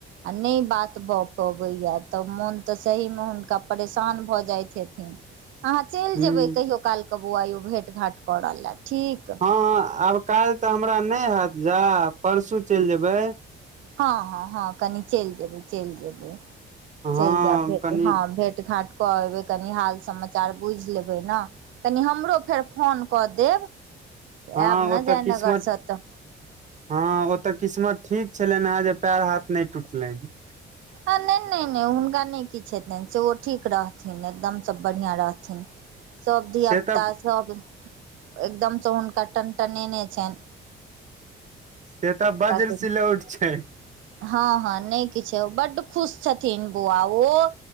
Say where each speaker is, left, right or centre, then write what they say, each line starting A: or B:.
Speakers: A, on the right; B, on the right.
A: आ नहि बात भऽ पबैया तऽ मोन तऽ सही में हुनका परेशान भऽ जाइत हेथिन अहाँ चलि
B: हूँ
A: जेबै कहियो काल क बौआयौ भेंट घाट करऽ ले ठीक
B: हां आब काल्ह तऽ हमरा नहि हेत जा परसू चलि जेबे
A: हँ हँ हँ कनी चलि जेबै चलि जेबै
B: हँ
A: चलि जेबै
B: कनि
A: ह भेट भेट घाट कऽ एबै कनि हाल समाचार बुझि लेबै ने कनि हमरो फेर फोन कऽ देब आयब
B: हँ
A: ने
B: ओतऽ
A: जयनगर
B: किस्मत
A: सँ तऽ
B: हँ ओते किस्मत ठीक छलनि हे जे पैड़ हाथ नहि टूटलेन ह
A: ह नहि नहि नहि हुनका नहि किछु हेतनि से ओ ठीक रहथिन एकदम सँ बढ़िआँ रहथिन सब धिय
B: से
A: पुता
B: तऽ
A: सब एकदम सँ हुनका टनटनेने छैन
B: से तऽ बर्ज
A: किछु
B: सिलौट छै
A: हँ हँ नहि किछु बड खुश छथिन बउआ ओ